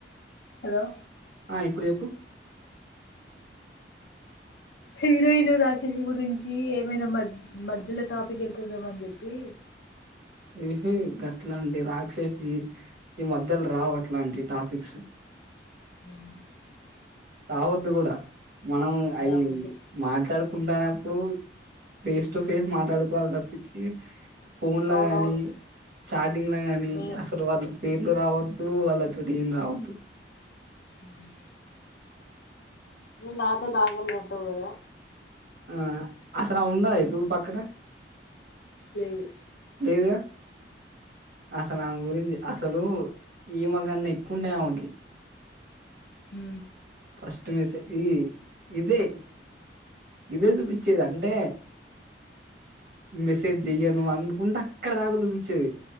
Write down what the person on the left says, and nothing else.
హలో
హీరోయిను రాక్షసి గురించి ఏమైనా మద్ మధ్యలో టాపిక్ ఎత్తుదాం అని చెప్పి
అవును
రావద్దు
అవునవును
మీ
ఆహ్ నువ్ నాతో నార్మల్గంటవ్ కదా
పేను
హు